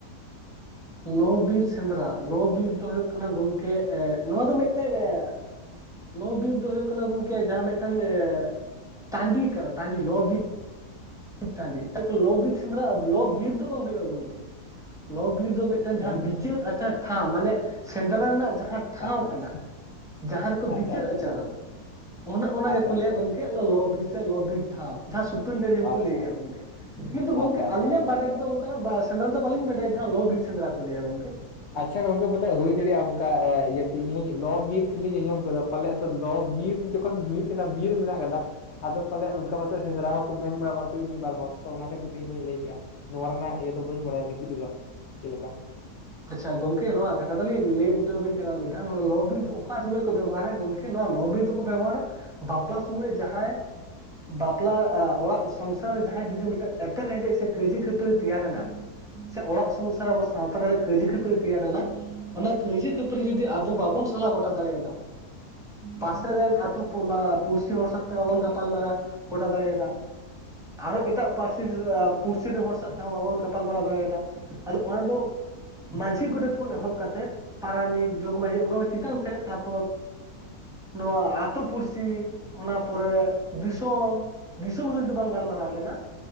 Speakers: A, in the centre; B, on the left (about 80°).
A: ᱞᱚ ᱵᱤᱨ ᱥᱮᱸᱫᱽᱨᱟ ᱞᱚ ᱵᱤᱨ ᱫᱚ ᱦᱩᱭᱩᱜ ᱠᱟᱱᱟ ᱜᱚᱢᱠᱮ ᱮ ᱱᱚᱣᱟ ᱫᱚ ᱢᱤᱫᱴᱮᱡ ᱮ ᱞᱚ ᱵᱤᱨ ᱫᱚ ᱦᱩᱭᱩᱜ ᱠᱟᱱᱟ ᱜᱚᱢᱠᱮ ᱡᱟᱦᱟᱸ ᱢᱤᱫᱴᱟᱝ ᱮ ᱴᱟᱺᱰᱤ ᱠᱟᱱᱟ ᱴᱟᱺᱰᱤ, ᱞᱚ ᱵᱤᱨ ᱵᱤᱨ ᱴᱟᱺᱰᱤ ᱪᱮᱫ ᱞᱚ ᱵᱤᱨ ᱥᱮᱸᱫᱽᱨᱟ ᱞᱚ ᱵᱤᱨ ᱫᱚ ᱵᱟᱝ ᱦᱩᱭᱩᱜ-ᱟ ᱜᱚᱢᱠᱮ ᱾ <inaudible> ᱞᱚ ᱵᱤᱨ ᱫᱚ ᱢᱤᱫ ᱢᱤᱫᱴᱮᱱ
B: ᱛᱟᱦᱚᱞᱮ
A: ᱡᱟᱦᱟᱸ
B: ᱫᱚ
A: ᱵᱤᱪᱟᱹᱨ ᱟᱪᱟᱨ ᱴᱷᱟᱶ ᱢᱟᱱᱮ ᱥᱮᱸᱫᱽᱨᱟ ᱨᱮᱱᱟᱜ ᱡᱟᱦᱟᱸ ᱴᱷᱟᱶ
B: ᱟᱪᱪᱷᱟ
A: ᱠᱟᱱᱟ
B: ᱟᱪᱪᱷᱟ
A: ᱾ <inaudible> ᱡᱟᱦᱟᱸ ᱨᱮᱠᱚ
B: ᱟᱪᱪᱷᱟ
A: ᱵᱤᱪᱟᱹᱨ
B: ᱟᱪᱪᱷᱟ
A: ᱟᱪᱟᱨᱟ
B: ᱟᱪᱪᱷᱟ
A: ᱚᱱᱮ ᱚᱱᱟ
B: ᱟᱪᱪᱷᱟ
A: ᱜᱮᱠᱚ ᱞᱟᱹᱭᱟ
B: ᱟᱪᱪᱷᱟ
A: ᱜᱚᱝᱠᱮ ᱞᱚᱵᱤᱨ ᱥᱮ ᱞᱚᱵᱤᱨ ᱴᱷᱟᱶ ᱾ ᱡᱟᱦᱟᱸ ᱥᱩᱛᱟᱹᱱ ᱴᱟᱺᱰᱤ
B: ᱟᱪᱪᱷᱟ
A: ᱠᱚ ᱞᱟᱹᱭ ᱜᱮᱭᱟ ᱜᱚᱝᱠᱮ ᱾ ᱠᱤᱱᱛᱩ
B: ᱟᱪᱪᱷᱟ
A: ᱜᱚᱝᱠᱮ
B: ᱟᱪᱪᱷᱟ
A: ᱟᱹᱞᱤᱧᱟᱜ
B: ᱟᱪᱪᱷᱟ
A: ᱵᱟᱰᱟᱭ ᱛᱮᱫᱚ ᱚᱱᱠᱟᱱᱟᱜ ᱵᱟᱥ ᱥᱮᱸᱫᱽᱨᱟ ᱫᱚ ᱵᱟᱹᱞᱤᱧ ᱵᱟᱰᱟᱭᱟ ᱡᱟᱦᱟᱸ ᱞᱚ ᱵᱤᱨ ᱥᱮᱸᱫᱽᱨᱟ ᱠᱚ ᱞᱟᱹᱭᱟ ᱜᱚᱝᱠᱮ ᱾
B: ᱟᱪᱪᱷᱟ ᱜᱚᱝᱠᱮ ᱵᱚᱞᱮ ᱦᱩᱭ ᱫᱟᱲᱮᱭᱟᱜ-ᱟ ᱚᱱᱠᱟ ᱤᱭᱟᱹᱛᱮ ᱤᱧ ᱦᱚᱧ ᱞᱚ ᱵᱤᱨᱤᱨ ᱠᱷᱟᱹᱞᱤᱧ ᱟᱸᱡᱚᱢ ᱟᱠᱟᱫᱟ ᱾ ᱯᱟᱞᱮᱜ ᱟᱫᱚ ᱞᱚ ᱵᱤᱨ ᱡᱚᱠᱷᱚᱱ ᱦᱩᱭᱩᱜ ᱠᱟᱱᱟ ᱵᱤᱨ ᱨᱮ ᱢᱮᱱᱟᱜ ᱟᱠᱟᱫᱟ ᱾ ᱟᱫᱚ ᱯᱟᱞᱮ ᱚᱱᱠᱟ ᱯᱟᱥᱮᱡ ᱥᱮᱸᱫᱽᱨᱟ ᱦᱚᱸᱠᱚ ᱢᱮᱱ ᱵᱟᱲᱟ ᱠᱚᱣᱟ ᱛᱤᱦᱤᱧ ᱢᱤᱫ ᱵᱟᱨ ᱦᱚᱲ, ᱛᱚ ᱚᱱᱟ ᱠᱷᱟᱹᱛᱤᱨ ᱛᱮᱧ ᱞᱟᱹᱭ ᱠᱮᱫ-ᱟ᱾ ᱱᱚᱣᱟ ᱨᱮᱱᱟᱜ ᱤᱭᱟᱹ ᱫᱚ ᱵᱟᱹᱧ ᱵᱟᱲᱟᱭᱟ ᱵᱷᱤᱛᱨᱤ ᱫᱚ ᱪᱮᱫ ᱞᱮᱠᱟ ᱾
A: ᱟᱪᱪᱷᱟ ᱜᱚᱝᱠᱮ ᱱᱚᱣᱟ ᱠᱟᱛᱷᱟ ᱫᱚᱞᱤᱧ ᱞᱟᱹᱭ ᱵᱩᱴᱟᱹᱣ ᱟᱹᱵᱤᱱ ᱠᱟᱱᱟ ᱟᱨ ᱢᱤᱫ ᱫᱷᱟᱣ ᱞᱚ ᱵᱤᱨ ᱫᱚ ᱚᱠᱟ ᱥᱚᱢᱚᱭ ᱠᱚ ᱵᱮᱵᱚᱦᱟᱨᱟ ᱜᱚᱢ ᱠᱮ ᱱᱚᱣᱟ ᱞᱚ ᱵᱤᱨ ᱫᱚᱠᱚ ᱵᱮᱵᱚᱦᱟᱨᱟ ᱵᱟᱯᱞᱟ ᱥᱚᱢᱚᱭ ᱡᱟᱦᱟᱸᱭ ᱵᱟᱯᱞᱟ ᱮᱸ ᱚᱲᱟᱜ ᱥᱚᱝᱥᱟᱨ ᱨᱮ ᱡᱟᱦᱟᱸᱭ ᱡᱩᱫᱤ ᱢᱤᱫᱴᱮᱡ ᱮᱯᱮᱨ ᱦᱮᱸᱰᱮᱡ ᱥᱮ ᱠᱟᱹᱭᱡᱤ ᱠᱷᱟᱹᱯᱟᱹᱨᱤ ᱛᱮᱭᱟᱨ ᱮᱱᱟ ᱥᱮ ᱚᱲᱟᱜ ᱥᱚᱝᱥᱟᱨ ᱟᱵᱚᱣᱟᱜ ᱥᱟᱶᱛᱟ ᱨᱮ ᱠᱟᱹᱭᱡᱟᱹ ᱠᱷᱟᱹᱯᱟᱹᱨᱤ ᱛᱮᱭᱟᱨ ᱮᱱᱟ, ᱚᱱᱟ ᱠᱟᱹᱭᱡᱟᱹ ᱠᱷᱟᱹᱯᱟᱹᱨᱤ ᱡᱩᱫᱤ ᱟᱵᱚ ᱵᱟᱵᱚᱱ ᱥᱟᱞᱟ ᱜᱚᱴᱟ ᱫᱟᱲᱮᱭᱟᱫᱟ ᱯᱟᱥᱮ ᱨᱮᱱ ᱟᱹᱛᱩ ᱯᱩᱢᱟ ᱯᱩᱲᱥᱤ ᱦᱚᱲ ᱥᱟᱜ ᱛᱮ ᱵᱟᱵᱚᱱ ᱜᱟᱯᱟᱞ ᱢᱟᱨᱟᱣ ᱜᱚᱴᱟ ᱫᱟᱲᱮᱭᱟᱫᱟ ᱟᱨᱦᱚᱸ ᱮᱴᱟᱜ ᱯᱟᱹᱨᱥᱤ ᱯᱩᱲᱥᱤ ᱨᱮᱱ ᱦᱚᱲ ᱥᱟᱶ ᱛᱮᱦᱚᱸ ᱵᱟᱵᱚᱱ ᱜᱟᱯᱟᱞᱢᱟᱨᱟᱣ ᱫᱟᱲᱮᱭᱟᱫᱟ ᱾ ᱟᱫᱚ ᱚᱱᱟ ᱫᱚ ᱢᱟᱹᱡᱷᱤ ᱜᱚᱰᱮᱛ ᱠᱷᱚᱱ ᱮᱦᱚᱵ ᱠᱟᱛᱮᱫ ᱯᱟᱨᱟᱱᱤᱠ, ᱡᱚᱜᱽ ᱢᱟᱹᱡᱷᱤ ᱚᱱᱠᱟ ᱜᱮ ᱪᱮᱛᱟᱱ ᱥᱮᱫ ᱛᱟᱨᱯᱚᱨ ᱱᱚᱣᱟ ᱟᱹᱛᱩ ᱯᱩᱲᱥᱤ ᱚᱱᱟ ᱯᱚᱨᱮ ᱫᱤᱥᱚᱢ ᱫᱤᱥᱚᱢ <unintelligible> ᱡᱩᱫᱤ ᱵᱟᱝ ᱜᱟᱞᱢᱟᱨᱟᱣ ᱞᱮᱱᱟ